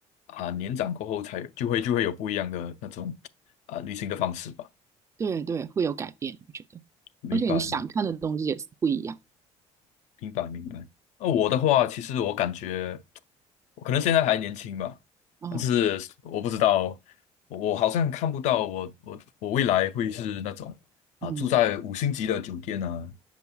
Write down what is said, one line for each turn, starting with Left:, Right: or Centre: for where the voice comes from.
Left: 啊年长过后才就会就会有不一样的那种啊旅行的方式吧。
Right: 对对，会有改变，我觉得。
Left: 明白
Right: 而且你想看的东西也是不一样。
Left: 明白明白。那我的话，其实我感觉我可能现在还年轻吧，
Right: 哦，
Left: 但是我不知道，我我好像看不到我我我未来会是那种啊住在五星级的酒店啊
Right: 嗯，